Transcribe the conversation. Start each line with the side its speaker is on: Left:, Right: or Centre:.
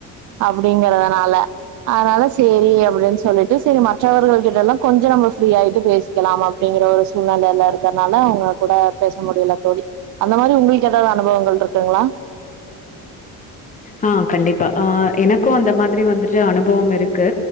Right: அப்டிங்கிறதுனால அதனால சேரி அப்டின்னு சொல்லிட் செரி மற்றவர்கள் கிட்ட எல்லா கொஞ்ச நம்ம ஃப்ரீ ஆயிட்டு பேசிக்கலாம் அப்டிங்கிற ஒரு சூழ்நிலைல இருக்கறனால அவங்க கூட பேச முடியல தோழி அந்த மாறி உங்களுக்கு ஏதாவது அனுபவங்கள் இருக்குங்களா
Left: ஆ கண்டிப்பா ஆ எனக்கு அந்த மாதிரி வந்துட்டு அனுபவம் இருக்கு